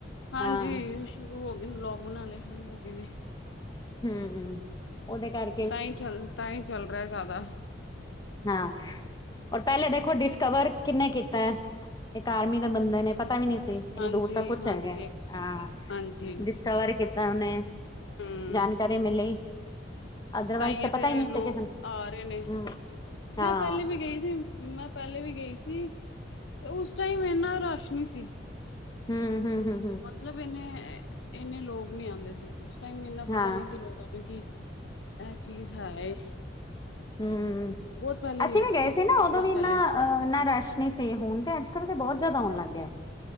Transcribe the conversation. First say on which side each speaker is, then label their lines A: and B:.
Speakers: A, on the left; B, on the left.
A: ਹਾਂਜੀ।
B: ਹਾਂ
A: ਸ਼ੁਰੂ ਹੋ ਗਏ ਨੇ ਵਲੋਗ ਬਣਾਉਣੇ ਸ਼ੁਰੂ ਹੋ ਗਏ ਨੇ।
B: ਹੁੰ, ਹੁੰ ਉਹਦੇ ਕਰ
A: ਤਾਂ ਹੀ ਚਲ, ਤਾਂ ਹੀ ਚੱਲ ਰਿਹਾ ਜਿਆਦਾ।
B: ਹਾਂ। ਔਰ, ਪਹਿਲੇ ਦੇਖੋ ਡਿਸਕਵਰ ਕਿੰਨੇ ਕੀਤਾ ਹੈ? ਇੱਕ ਆਰਮੀ ਦੇ ਬੰਦੇ ਨੇ ਪਤਾ ਵੀ ਨਹੀਂ ਸੀ। ਇੰਨੀ
A: ਹਾਂਜੀ
B: ਦੂਰ ਤਾਂ ਕੁਛ
A: ਹਾਂਜੀ
B: ਹੈਗਾ। ਹਾਂ,
A: ਹਾਂਜੀ
B: ਡਿਸਕਵਰ ਕੀਤਾ ਉਹਨੇ।
A: ਹੂੰ
B: ਜਾਣਕਾਰੀ ਮਿਲੀ ਅਦਰਵਾਈਜ਼
A: ਤਾਂ, ਹੀ ਇਥੇ
B: ਪਤਾ ਨਹੀਂ
A: ਲੋਕ
B: ਸੀ ਕਿਸੇ ਨੂੰ
A: ਆ ਰਹੇ ਨੇ
B: ਹੂੰ ਹਾਂ
A: ਮੈਂ ਪਹਿਲੇ ਵੀ ਗਈ ਸੀ। ਮੈਂ, ਪਹਿਲੇ ਵੀ ਗਈ ਸੀ ਤੇ ਉਸ ਟਾਈਮ ਇਹਨਾ ਰਸ਼ ਨਹੀਂ ਸੀ।
B: ਹੁੰ, ਹੁੰ ਹੁੰ, ਹੁੰ।
A: ਮਤਲਬ ਇੰਨੇ, ਇੰਨੇ ਲੋਕ ਨਹੀਂ ਆਉਂਦੇ ਸੀ ਉਸ ਟਾਈਮ ਇੰਨਾ ਪਤਾ
B: ਹਾਂ
A: ਨਹੀਂ ਸੀ ਲੋਕਾਂ ਨੂੰ ਕਿ ਐ ਚੀਜ਼ ਹੈ ਏ।
B: ਹੁੰਹ
A: ਬਹੁਤ ਪਹਿਲੇ
B: ਅਸੀਂ
A: ਗਈ
B: ਵੀ ਗਏ ਸੀ ਨਾ
A: ਬਹੁਤ
B: ਉਦੋਂ ਵੀ ਇਨਾ
A: ਪਹਿਲੇ
B: ਅ ਨਾ ਰਸ਼। ਨਈ, ਸੇ ਹੋਣ ਤੇ ਅੱਜ-ਕੱਲ੍ਹ ਤਾਂ ਬਹੁਤ ਜ਼ਿਆਦਾ ਆਉਣ ਲੱਗ ਗਿਆ‌ ਐ।